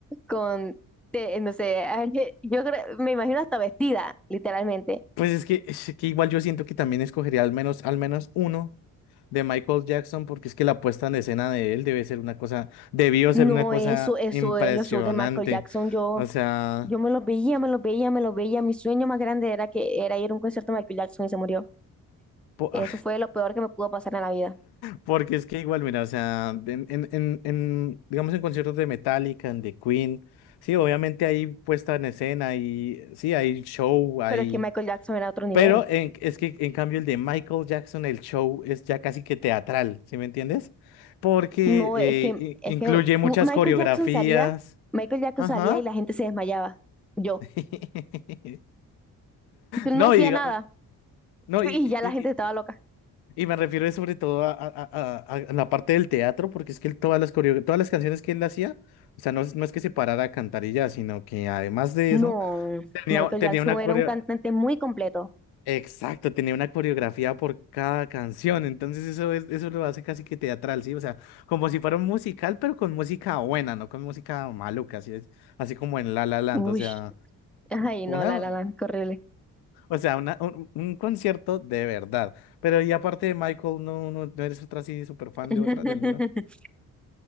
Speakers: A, in the centre; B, on the left.
A: con, te- no sé, ah, je- yo creo- me imagino hasta vestida, literalmente.
B: pues es que, es que igual yo siento que también escogería al menos, al menos uno. de Michael Jackson, porque es que la puesta en escena de él debe ser una cosa, debió
A: No,
B: ser una cosa
A: eso, eso
B: impresionante.
A: es los shows de Michael Jackson. Yo,
B: O sea,
A: yo me los veía, me los veía, me los veía. Mi sueño más grande era que era ir a un concierto de Michael Jackson y se murió.
B: po- <laughs>
A: Eso fue lo peor que me pudo pasar en la vida.
B: porque es que igual, mira, o sea, en, en, en, en, digamos en conciertos de Metallica, en The Queen, sí, obviamente hay puesta en escena y sí, hay show, hay...
A: Pero es que Michael Jackson era otro nivel.
B: Pero en- es que en cambio el de Michael Jackson, el show es ya casi que teatral, ¿sí me entiendes? Porque
A: No,
B: eh,
A: es que, es
B: i- incluye
A: que
B: muchas
A: tú- Michael
B: coreografías.
A: Jackson salía, Michael Jackson
B: Ajá.
A: salía y la gente se desmayaba. Yo.
B: <laughs>
A: Yo
B: No,
A: no hacía
B: y diga-
A: nada
B: no,
A: <laughs>
B: y,
A: y
B: y-
A: ya la
B: y-
A: gente estaba loca.
B: y me refiero sobre todo a, a- a- a- a la parte del teatro, porque es que él todas las coreo- todas las canciones que él hacía, o sea, no, es- no es que se parara a cantar y ya, sino que además de
A: No,
B: eso, tenía,
A: Michael
B: tenía
A: Jackson
B: una
A: era
B: coreo,
A: un cantante muy completo.
B: exacto, tenía una coreografía por cada canción. Entonces eso es, eso lo hace casi que teatral, sí, o sea, como si fuera un musical, pero con música buena, no con música maluca, así es, así como en La La Land,
A: Uy,
B: o sea.
A: ay,
B: Una,
A: no, la la la, qué horrible.
B: o sea, una- un, un concierto de verdad. Pero y aparte de Michael, no, no, no eres otra así súper fan
A: <laughs>
B: de otra, de alguna.